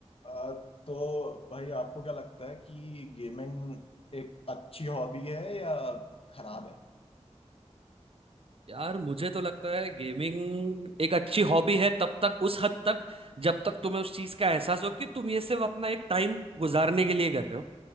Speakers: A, on the left; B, on the right.
A: अ, तो भाई आपको क्या लगता है कि गेमिंग एक अच्छी हॉबी है या खराब है
B: यार मुझे तो लगता है गेमिंग एक अच्छी हॉबी है तब तक उस हद तक जब तक तुम्हें उस चीज का एहसास हो कि तुम ये सिर्फ अपना एक टाइम गुजारने के लिए कर रहे हो